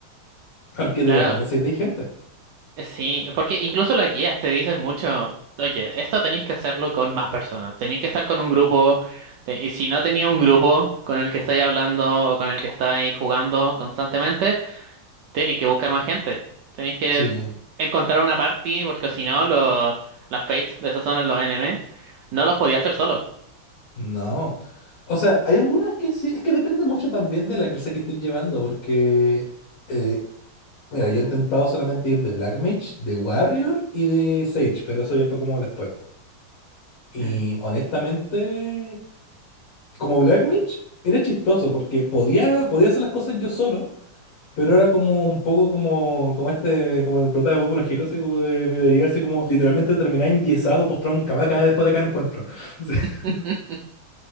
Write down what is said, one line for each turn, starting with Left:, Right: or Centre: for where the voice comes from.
Left: porque
Right: Claro,
Left: de verdad necesitáis gente.
Right: sí, porque incluso las guías te dicen mucho, oye, esto tenéis que hacerlo con más personas, tenéis que estar con un grupo, te- y si no tenía un grupo con el que estáis hablando o con el que estáis jugando constantemente, Tenéis que buscar más gente. Tenéis que
Left: Sí.
Right: encontrar una party, porque si no, los las Fates de esa zona, los NM, no los podía hacer solo.
Left: No. O sea, hay algunas que sí, es que depende mucho también de la clase que estés llevando, porque, eh, mira, yo he intentado solamente ir de Black Mage, de Warrior y de Sage, pero eso ya fue como después. Y
Right: Mm.
Left: honestamente, como Black Mage, era chistoso, porque podía, podía hacer las cosas yo solo, pero era como un poco como, como este, como el prota de Boku no Hero, así como de, me daría así como literalmente terminar enyesado, postrado en cama cada después de cada encuentro. <laughs>
Right: <laughs>